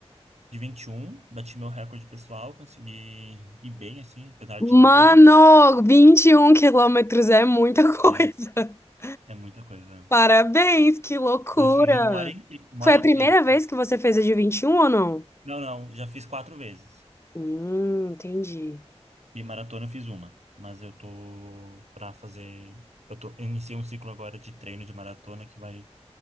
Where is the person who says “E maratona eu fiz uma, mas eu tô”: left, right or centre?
Right